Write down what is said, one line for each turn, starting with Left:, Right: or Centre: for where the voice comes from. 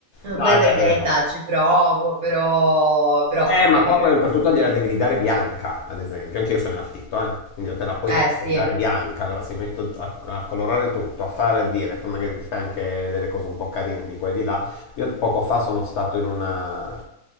Left: No,
Right: poi
Left: è
Right: per
Left: vero,
Right: carità
Left: è vero.
Right: ci provo, però, però
Left: Eh,
Right: sì, no,
Left: ma
Right: è
Left: qua
Right: vero
Left: poi
Right: che
Left: oltretutto
Right: comunque...
Left: gliela devi ridare bianca, ad esempio. Anche io sono in affitto, eh. Quindi io te la poi
Right: Eh
Left: te la
Right: sì.
Left: devo ridare bianca. Allora si metto a, a colorare tutto, a fare, a dire. Poi magari ti fai anche delle cose un po' carine di qua e di là. Io poco fa sono stato in una,